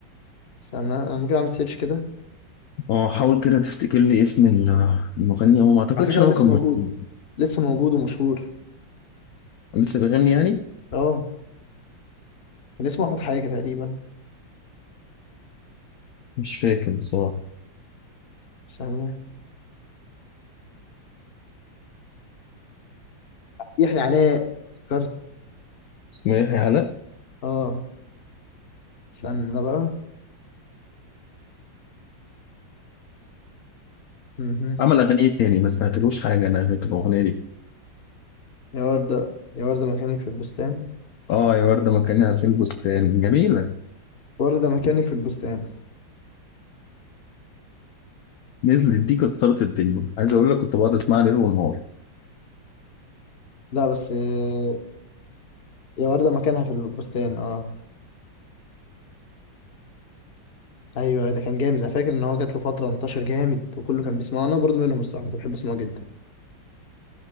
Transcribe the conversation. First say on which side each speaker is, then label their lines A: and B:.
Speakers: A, on the left; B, on the left.
A: استنى انا ممكن اعمل سيرش كده
B: اه حاول كده تفتكر لي اسم ال- المغني هو ما أعتقدش
A: على فكره
B: إن
A: هو
B: هو
A: لسه
B: كان
A: موجود
B: مكتوب
A: لسه موجود ومشهور
B: لسه بيغني يعني؟
A: اه كان اسمه احمد حاجه تقريبا
B: مش فاكر بصراحة
A: ثانيه يحيى علاء افتكرت
B: اسمه يحيى علاء
A: اه استنى بقى مهم.
B: عمل أغنية تاني ما سمعتلوش حاجة أنا غير الأغنية دي
A: يا ورده يا ورده مكانك في البستان
B: اه يا وردة مكانها في البستان جميلة
A: ورده مكانك في البستان
B: نزلت دي كسرت الدنيا عايز اقول لك كنت بقعد اسمعها ليل ونهار
A: لا بس آه، يا ورده مكانها في البستان اه ايوه ده كان جامد انا فاكر ان هو جات له فتره انتشر جامد وكله كان بيسمعه انا برضه منهم الصراحه كنت بحب اسمعه جدا